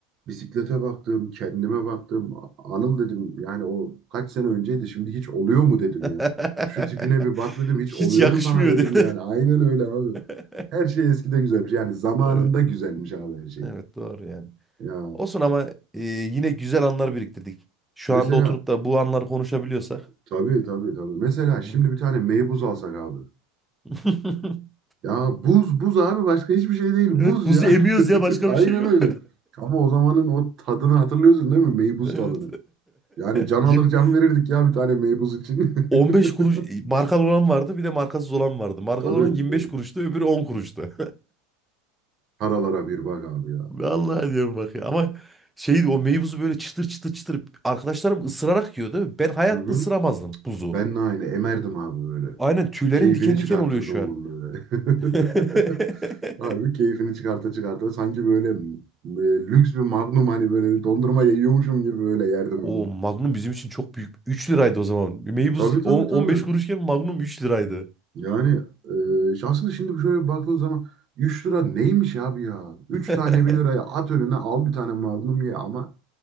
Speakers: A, on the right; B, in the centre.
A: Bisiklete baktım, kendime baktım. Anıl dedim yani o kaç sene önceydi şimdi hiç oluyor mu dedim
B: <laughs>
A: ya. Şu tipine bir bak dedim hiç
B: Hiç
A: oluyor
B: yakışmıyor
A: mu sana dedim
B: diyor.
A: yani. Aynen öyle abi.
B: <laughs>
A: Her şey eskide güzelmiş. Yani zamanında
B: Evet.
A: güzelmiş abi her şey.
B: Evet doğru yani.
A: Ya
B: Olsun ama e, yine güzel anlar biriktirdik. Şu
A: mesela
B: anda oturup da bu anları konuşabiliyorsak.
A: tabii tabii tabii. Mesela şimdi
B: Hı.
A: bir tane meybuz alsak abi.
B: <laughs>
A: Ya buz buz abi başka hiçbir şey değil
B: Evet
A: buz
B: buzu
A: ya. <laughs>
B: emiyoruz ya başka
A: Aynen
B: bir şey yok.
A: öyle. Ama o zamanın o tadını hatırlıyorsun değil mi? Meybuz
B: <laughs> Evet.
A: tadını. Yani can
B: <laughs>
A: alır
B: Yirmi-
A: can verirdik ya bir tane meybuz için.
B: 15 kuruş
A: <laughs>
B: markalı olan vardı bir de markasız olan vardı. Markalı
A: Tabii
B: olan 25
A: tabii.
B: kuruştu öbürü 10 kuruştu.
A: Paralara bir bak abi ya.
B: Vallahi diyorum bak ya. Ama şey o meyvuzu böyle çıtır çıtır çıtır arkadaşlarım ısırarak yiyordu. Ben hayatta
A: Hı hı.
B: ısıramazdım buzu.
A: Ben de aynı emerdim abi böyle.
B: Aynen tüylerim
A: Keyfini
B: diken
A: çıkartırdım
B: diken oluyor şu
A: onun
B: an.
A: böyle. <laughs>
B: <laughs>
A: Harbi keyfini çıkarta çıkarta sanki böyle e, lüks bir magnum hani böyle dondurma yiyormuşum gibi böyle yerdim
B: O
A: onu.
B: Magnum bizim için çok büyük. üç liraydı o zaman. Meybuz
A: Tabii tabii
B: 10, 15
A: tabii.
B: kuruşken Magnum 3 liraydı.
A: Yani e, şahsen şimdi şöyle baktığın zaman 3 lira neymiş abi ya? 3
B: <laughs>
A: tane bir liraya at önüne al bir tane magnum ye ama